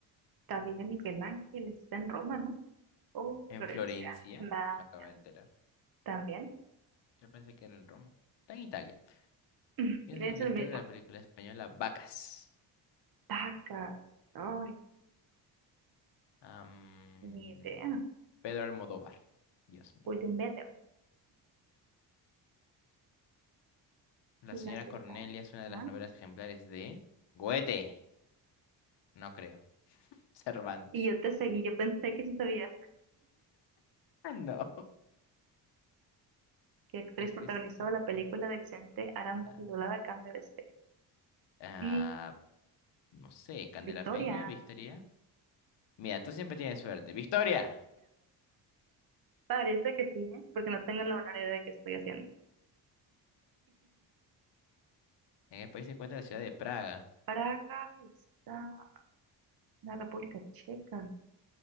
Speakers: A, on the right; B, on the left.
A: David de Miguel Ángel está en Roma, ¿no? Oh,
B: En
A: Florencia.
B: Florencia,
A: Vaya,
B: me acabo de enterar.
A: también.
B: Yo pensé que era en Roma. Está en Italia.
A: <laughs>
B: ¿Quién
A: Es
B: es el director
A: el mismo.
B: de la película española Vacas?
A: Tacas. Ay,
B: Am,
A: ni idea.
B: Pedro Almodóvar. Dios mío.
A: William Bedem.
B: La señora
A: La señora.
B: Cornelia es una de
A: ¿no?
B: las novelas ejemplares de Goethe. No creo. <laughs> Cervantes.
A: Y yo te seguí. Yo pensé que sí sabías
B: Ah, no.
A: qué actriz
B: ¿Qué actriz?
A: protagonizó la película de Vicente Aranda
B: Ah,
A: titulada Cambio de Ser.
B: ah,
A: Y
B: no sé, Candela
A: Victoria.
B: Peña, Victoria. Mira, tú siempre tienes suerte. ¡Victoria!
A: Parece que sí, ¿eh? Porque no tengo la menor idea de qué estoy haciendo.
B: En el país se encuentra la ciudad de Praga.
A: Praga está la República Checa.